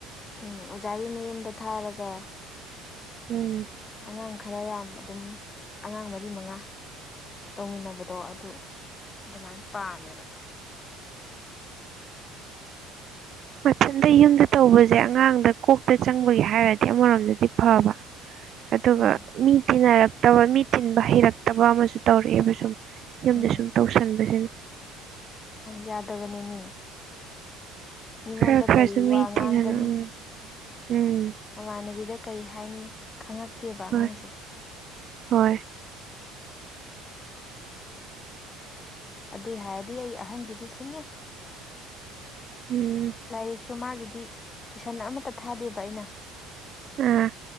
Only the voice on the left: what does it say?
ꯎꯝ ꯑꯣꯖꯥꯒꯤ ꯃꯌꯨꯝꯗ ꯊꯥꯔꯒ
ꯑꯉꯥꯡ ꯈꯔ ꯌꯥꯝ ꯑꯗꯨꯝ ꯑꯉꯥꯡ ꯃꯔꯤ ꯃꯉꯥ ꯇꯧꯃꯤꯟꯅꯕꯗꯣ ꯑꯗꯨ ꯑꯗꯨꯃꯥꯏꯅ ꯄꯥꯝꯃꯦꯕ
ꯃꯥꯅꯦ
ꯎꯝ
ꯌꯥꯗꯕꯅꯦ ꯃꯤ ꯃꯤꯉꯣꯟꯗ
ꯀꯔꯤ
ꯋꯥ ꯉꯥꯡꯒꯅꯤ
ꯃꯃꯥꯟꯅꯕꯤꯗ ꯀꯔꯤ ꯍꯥꯏꯅꯤ ꯈꯪꯉꯛꯇꯦꯕ ꯑꯉꯥꯡꯁꯦ
ꯑꯗꯨꯏ ꯍꯥꯏꯔꯗꯤ ꯑꯩ ꯑꯍꯟꯁꯤꯗꯤ ꯁꯤꯡꯉꯤ
ꯂꯥꯏꯔꯤꯛꯁꯨ ꯃꯥꯒꯤꯗꯤ ꯇꯨꯏꯁꯟ ꯑꯃꯠꯇ ꯊꯥꯗꯦꯕ ꯑꯩꯅ